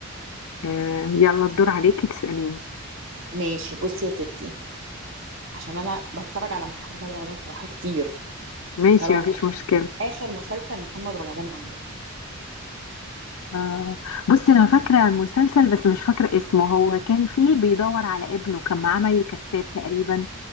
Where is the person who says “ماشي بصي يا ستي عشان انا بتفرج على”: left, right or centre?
Right